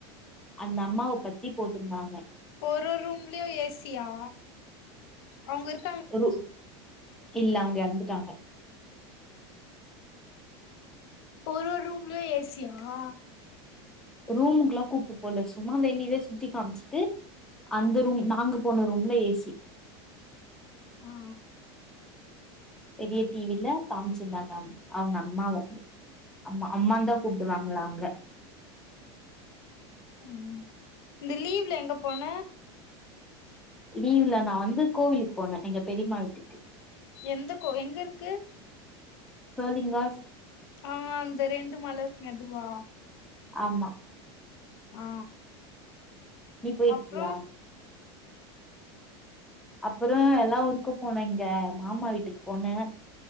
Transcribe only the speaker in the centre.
அந்த அம்மாவ பத்தி போட்ருந்தாங்க
ஒரு இல்ல அவுங்க எறந்துட்டாங்க
ரூமுக்குல்லா கூப்ட்டு போல சும்மா வெளியவே சுத்தி காமிச்ட்டு அந்த ரூம் நாங்க போன ரூம்ல ஏ சி
பெரிய டீவில காம்ச்சிருந்தாங்க அவுங்க அம்மாவ அம்மா அம்மான்தா கூப்டுவாங்ளா அவுங்ல
லீவ்ல நா வந்து கோவிலுக்கு போனே எங்க பெரிம்மா வீட்டுக்கு
சோழிங்காஸ்
ஆமா
நீ பொய்ருக்யா
அப்பதா எல்லா ஊருக்கு போனேங்க மாமா வீட்டுக்கு போனே